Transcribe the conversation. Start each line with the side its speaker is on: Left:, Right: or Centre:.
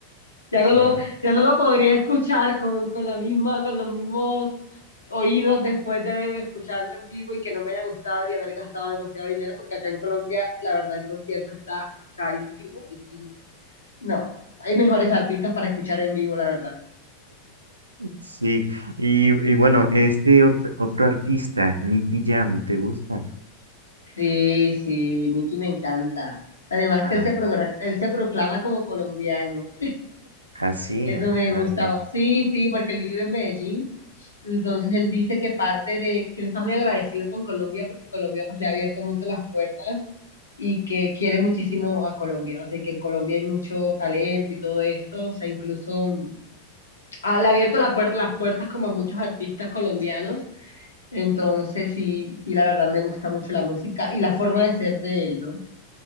Left: Ya no lo,
Right: Mm,
Left: ya no lo podría escuchar con, con la misma, con los mismos oídos después de escucharlo en vivo y que no me haya gustado y haber gastado demasiado dinero, porque acá en Colombia, la verdad, el concierto está carísimo. Entonces, no, hay mejores artistas para escuchar en vivo, la verdad.
Right: Sí, y, y bueno, este or- otro artista, Nicky Jam, ¿te gusta?
Left: Sí, sí, Nicky me encanta. Además
Right: Ah,
Left: que él se, progra- él se proclama como colombiano.
Right: Ah, sí,
Left: Eso me
Right: ah,
Left: gustaba.
Right: ya.
Left: Sí, sí, porque él vive en Medellín. Entonces él dice que parte de, que él está muy agradecido con Colombia porque Colombia pues le ha abierto mucho las puertas y que quiere muchísimo a Colombia. O sea, y que en Colombia hay mucho talento y todo esto. O sea, incluso mm, ha- le ha abierto la puer- las puertas como a muchos artistas colombianos. Entonces sí, sí, la verdad me gusta mucho la música y la forma de ser de él,